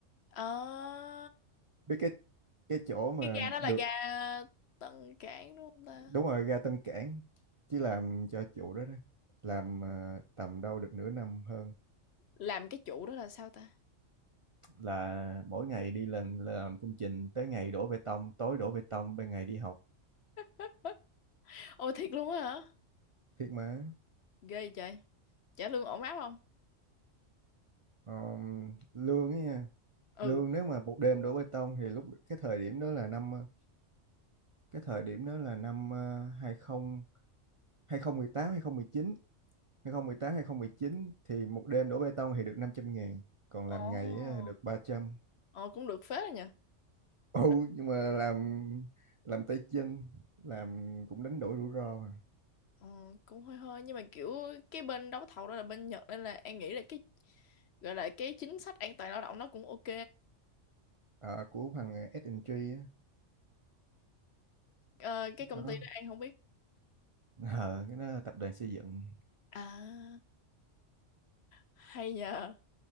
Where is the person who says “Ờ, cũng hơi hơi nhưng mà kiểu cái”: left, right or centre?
Left